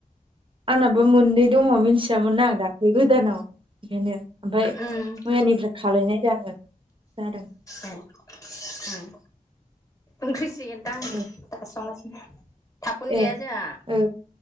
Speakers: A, on the right; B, on the left.
A: आंनाबो मोननै दङ मिथियामोन आं दाख्लै गोदानाव बेखायनो ओमफाय
B: ओमफ्राय उम
A: मैयानिफ्राय खालायनाय जायाखै जादों।
B: ओम ओम ओंख्रिसो एरदां दासो
A: ओ
B: संगासिनो थाबखौनो जाया
A: ए
B: जोंहा
A: ओ